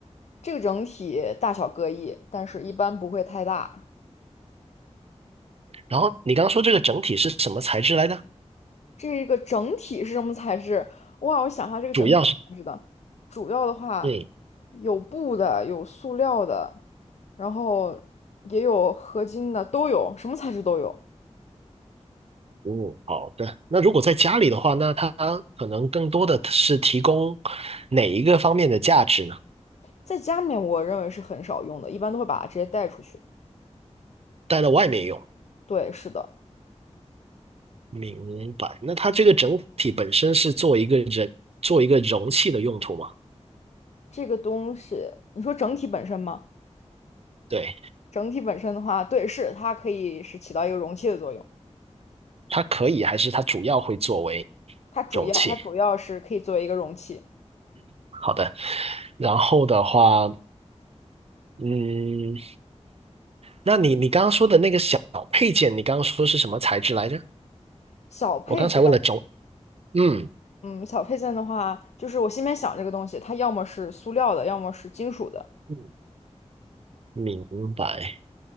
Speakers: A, on the left (about 70°); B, on the right (about 60°).
A: 这个整体大小各异，但是一般不会太大。
B: 然后你刚刚说这个整体是什么材质来的？
A: 这个整体是什么材质？哇，我想一下，这个整体什么材质的，
B: 主要是，
A: 主要的话有布的，
B: 嗯
A: 有塑料的，然后也有合金的，都有，什么材质都有。
B: 嗯，好的。那如果在家里的话，那它可能更多的是提供哪一个方面的价值呢？
A: 在家里面，我认为是很少用的，一般都会把它直接带出去。
B: 带到外面用，
A: 对，是的。
B: 明白。那它这个整体本身是做一个人，做一个容器的用途吗？
A: 这个东西，你说整体本身吗？
B: 对，
A: 整体本身的话，对，是它可以是起到一个容器的作用。
B: 它可以，还是它主要会作为
A: 它主要它主要是可以作为一个容器。
B: 容器？好的。然后的话，嗯，那你你刚刚说的那个小配件，你刚刚说是什么材质来着？
A: 小配件，
B: 我刚才问了轴嗯
A: 嗯，小配件的话，就是我心里面想这个东西，它要么是塑料的，要么是金属的。
B: 嗯，明白。